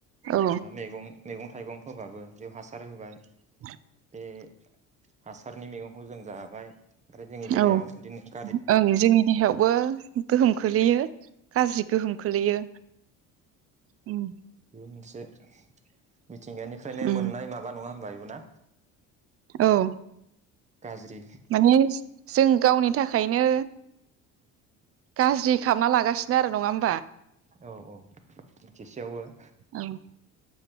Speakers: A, on the right (about 40°); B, on the right (about 20°).
A: औ
B: दा मेगं मैगं थाइगं फोबाबो बेयाव हासार होबाय।
A: <inaudible>
B: बे हासारनि मैगंखौ जों जाबाय। ओमफ्राय जोंनि देहायाव
A: औ
B: दिनो <unintelligible>
A: ओं जोंनि देहायावबो गोहोम खोलैयो गाज्रि गोहोम खोलैयो। उम
B: बे मोनसे मिथिंगानिफ्रायनो
A: उम
B: मोननाय माबा नङा होनबा नंगौना
A: औ
B: गाज्रि
A: माने जों गावनि थाखायनो गाज्रि खालामना लागासिनो आरो नङा होन
B: औ औ बिथिसेयावबो
A: औ